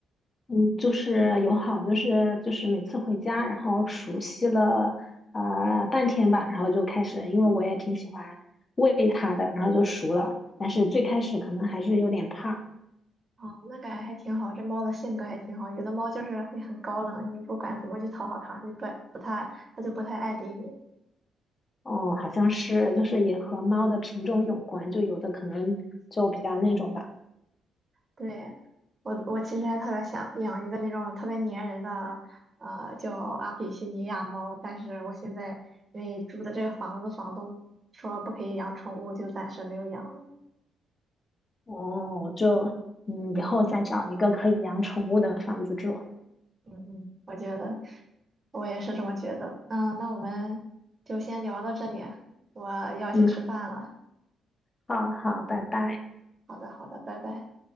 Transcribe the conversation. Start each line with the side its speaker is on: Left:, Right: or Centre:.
Left: 嗯，就是友好，就是就是每次回家，然后熟悉了呃半天吧，然后就开始，因为我也挺喜欢喂它的，然后就熟了。但是最开始可能还是有点怕，
Right: 哦，那感觉还挺好，这猫的性格还挺好。有的猫就是会很高冷，你不管怎么去讨好它，就不不太，它就不太爱理你。
Left: 哦，好像是就是也和猫的品种有关，就有的可能就比较那种吧。
Right: 对，我我其实还特别想养一个那种特别粘人的，呃，叫阿比西尼亚猫，但是我现在因为住的这个房子，房东说不可以养宠物，就暂时没有养了。
Left: 哦，就嗯，以后再找一个可以养宠物的房子住。
Right: 嗯嗯，我觉得我也是这么觉得。嗯，那我们就先聊到这里，我要去吃饭了。
Left: 嗯，好好，拜拜。
Right: 好的，好的，拜拜。